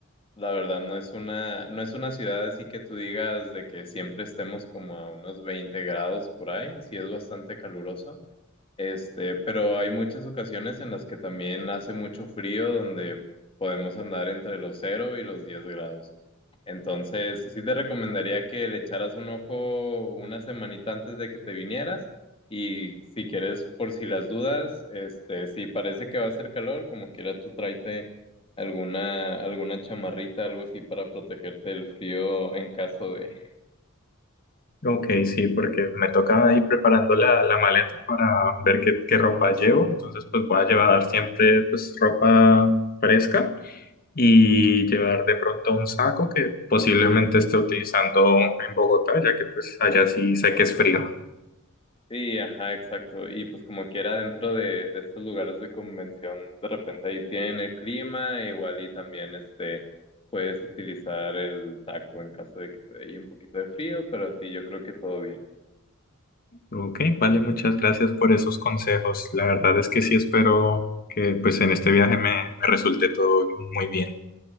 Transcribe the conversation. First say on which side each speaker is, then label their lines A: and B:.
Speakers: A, on the left; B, on the left.
A: La verdad, no es una, no es una ciudad así que tú digas de que siempre estemos como a unos 20 grados por ahí. Sí es bastante caluroso. Este, pero hay muchas ocasiones en las que también hace mucho frío, donde podemos andar entre los cero y los 10 grados. Entonces, sí te recomendaría que le echaras un ojo una semanita antes de que te vinieras y si quieres, por si las dudas, este, si parece que va a hacer calor, como quiera tú tráete alguna, alguna chamarrita, algo así para protegerte del frío en caso de...
B: Ok, sí, porque me toca ir preparando la, la maleta para ver qué, qué ropa llevo, entonces pues voy a llevar siempre pues ropa fresca y llevar de pronto un saco que posiblemente esté utilizando en Bogotá, ya que pues allá sí sé que es frío.
A: Sí, ajá, exacto. Y pues como quiera dentro de, de estos lugares de convención, de repente ahí tienen el clima, igual y también este puedes utilizar el saco en caso de que te dé ahí un poquito de frío, pero sí, yo creo que todo bien.
B: Ok, vale, muchas gracias por esos consejos. La verdad es que sí espero que pues en este viaje me, me resulte todo muy bien.